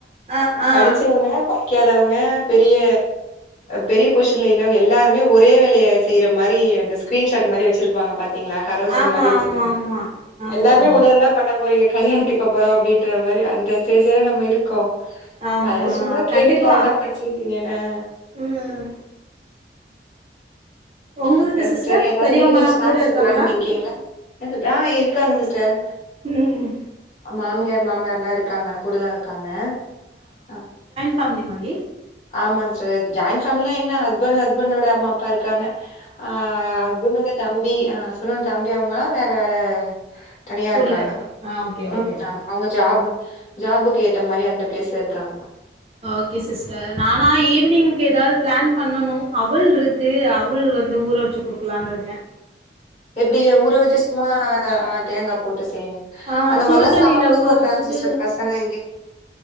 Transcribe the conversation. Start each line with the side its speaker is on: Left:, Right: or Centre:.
Right: ஆ ஆ
Left: படிச்சவங்க படிக்காதவங்க பெரிய பெரிய பொசிஷன்ல இல்லவங்க எல்லாருமே ஒரே வேலைய செய்ற மாரி அந்த ஸ்கிரீன்ஷாட் மாரி வச்சிருப்பாங்க பாத்தீங்களா கரோசல்
Right: ஆமா
Left: மாரி வச்சிருக்கலா
Right: ஆமா ஆமா ஆமா
Left: எல்லாருமே
Right: ஆமா
Left: ஒன்னதானடா பண்ண போறீங்க கல்யாணத்துக்கப்பறோ அப்டின்ற மாரி அந்த ஸ்டேஜ்லதா நம்ம இருக் கோ
Right: ஆமா
Left: அதா சும்மா கேட்டுக்கலா
Right: கண்டிப்பா
Left: என்ன படிச்சிருக்கீங்கனு ஆ
Right: ம் உங்களுக்கு
Left: அப்றோ சிஸ்டர் ஏதாவது
Right: பெரியவங்கல்லா
Left: ஈவினிங் ஸ்நாக்ஸு
Right: கூட இருக்காங்களா
Left: பிளான் பண்ணிருக்கீங்களா ஆ இருக்காங்க சிஸ்டர்
Right: ம்
Left: மாமியார் மாமானார்லா இருக்காங்க கூடதா இருக்காங்க அ
Right: ஃபேம்லி மாறி
Left: ஆமா சிஸ்டர் ஜாயின் ஃபேமிலினா என்ன ஹஸ்பண் ஹஸ்பண்டோட அம்மா அப்பா இருக்காங்க ஆ எ ஹஸ்பனோட தம்பி அ ஹஸ்பனோட தம்பி அவங்கலா வேற வேற தனியா இருக்காங்க
Right: ஊர்ல இருக்கே ஆ ஓகே
Left: ம்
Right: ஓகே ஓகே
Left: ஆமா அவங்க ஜாபு ஜாபுக் ஏத்தமாரி அந்த பிளேஸ்ல இருக்காங்க
Right: ஓகே சிஸ்டர் நானா ஈவினிங்க் எதாவது பிளான் பண்ணனு அவுல்ருக் கு அவுல் வந்து ஊற வச்சி குடுக்கலான்ட்ருக்கே
Left: எப்டி ஊற வச்சு சும்மா ஆ தேங்கா போட்டு செய்வீங்
Right: ஆ
Left: அந்த
Right: சுடு
Left: மாரிலா
Right: தண்ணில
Left: சாப்ட
Right: ஊற
Left: மாட்றாங்க
Right: வச்சுட்டு
Left: சிஸ்டர் பசங்க இங்க